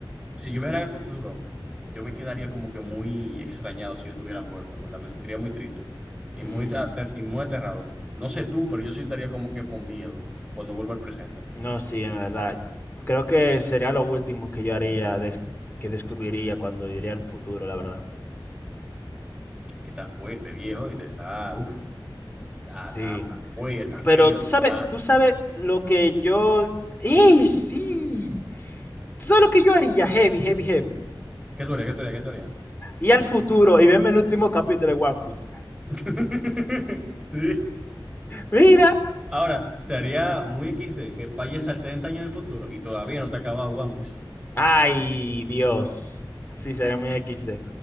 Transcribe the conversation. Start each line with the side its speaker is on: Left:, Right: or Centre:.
Centre: Si yo viajara al futuro, yo me quedaría como que muy extrañado si yo estuviera muerto, ¿verdad? Me sentiría muy triste y
Left: Mm,
Centre: muy, ater- y muy aterrado. No sé tú, pero yo sí estaría como que con miedo cuando vuelvo al presente.
Left: no, sí, en verdad. Creo que sería lo último que yo haría, des- que descubriría cuando iría al futuro, la verdad.
Centre: Que está fuerte, viejo, y te está, uff, está,
Left: Sí.
Centre: está, está fuerte, está
Left: Pero
Centre: feo.
Left: tú sabes,
Centre: Está.
Left: tú sabes lo que yo... ¡Ey, sí! ¿Tú sabes lo que yo haría? Heavy, heavy, heavy.
Centre: ¿Qué tú harías? ¿Qué tú harías? ¿Qué tú harías?
Left: Y al futuro y verme el último capítulo de One Piece.
Centre: <laughs> Sí.
Left: Mira.
Centre: Ahora, sería muy XD que vayas al 30 años del futuro y todavía no te ha acabado One Piece.
Left: Ay, Dios. Sí, sería muy XD.